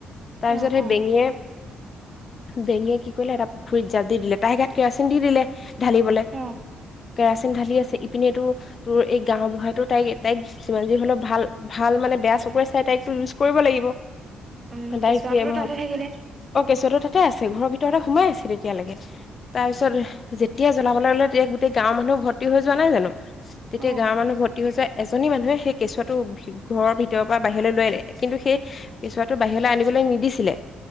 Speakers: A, on the right (about 35°); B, on the left (about 45°).
A: অ',
B: তাৰপিছত সেই
A: অ',
B: বেঙিয়ে বেঙিয়ে কি কৰিলে এটা পুখুৰীত জাপ দি দিলে তা‌ইৰ গাত কেৰাচিন দি দিলে ঢালিবলে
A: অ',
B: কেৰাচিন ঢালি আছে ইপিনেতো তোৰ এই গাওবুঢ়াতো তাইক তাইক যিমান যি হলেও ভাল ভাল মানে বেয়া চকুৰে চাই তাইক টো ‌ইউজ কৰিব লাগিব
A: উম,
B: তাই
A: কেঁচুৱাটোতো
B: সিয়েই
A: তাতে থাকিলে
B: অ কেঁচুৱাটো তাতে আছে ঘৰৰ ভিতৰতে সোমাই আছে তেতিয়ালৈকে তাৰ পিছত যেতিয়া জ্বলাবলৈ ল'লে তেতিয়া গোটেই গাঁৱৰ মানুহ ভৰ্তি হৈ যোৱা নাই জানো তেতিয়া
A: অ',
B: গাঁৱৰ মানুহ ভৰ্তি হৈ যোৱা এজনী মানুহে সেই কেঁচুৱাটো ঘৰৰ ভিতৰৰ পৰা বাহিৰলৈ লৈ আহিলে কিন্তু সেই কেঁচুৱাটো বাহিৰলৈ আনিবলৈ নিদিছিলে